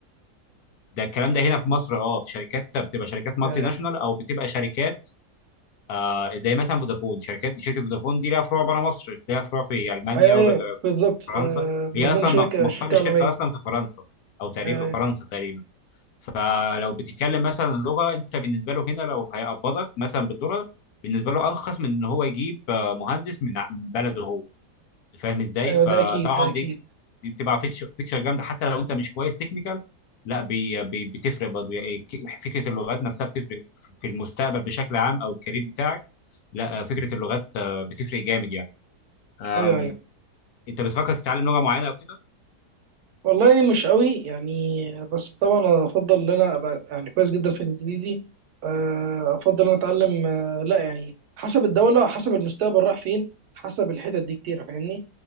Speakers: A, on the left (about 70°); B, on the right (about 70°).
A: ده الكلام ده هنا في مصر اه في شركات بتبقى شركات مالتي
B: آه،
A: ناشونال او بتبقى شركات آه زي مثلا فودافون شركات شركه فودافون دي لها فروع بره مصر لها فروع في المانيا
B: أيوة أيوة بالظبط
A: وفرنسا
B: آه، فودافون
A: هي اصلا
B: شركة
A: مق- مقر
B: شركة
A: الشركه
B: عالمية
A: اصلا في فرنسا او تقريبا
B: أيوة
A: فرنسا تقريبا فلو بتتكلم مثلا لغه انت بالنسبه له هنا لو هيقبضك مثلا بالدولار بالنسبه له ارخص من ان هو يجيب آه، مهندس من ع- من بلده هو فاهم ازاي
B: أيوة
A: فطبعا
B: ده أكيد ده أكيد
A: دي دي بتبقى فيكشر فيكشر جامده حتى لو انت مش كويس تكنيكال لا بي بي بتفرق برضه يعني ك- فكره اللغات نفسها بتفرق في المستقبل بشكل عام او الكارير بتاعك لا آه، فكره اللغات آه، بتفرق جامد يعني آم،
B: أيوة أيوة
A: انت بتفكر تتعلم لغه معينه او كده
B: والله مش قوي يعني بس طبعا افضل ان انا ابقى يعني كويس جدا في الانجليزي آه، افضل ان أنا اتعلم آه، لا يعني حسب الدوله حسب المستقبل راح فين حسب الحتت دي كتير فاهمني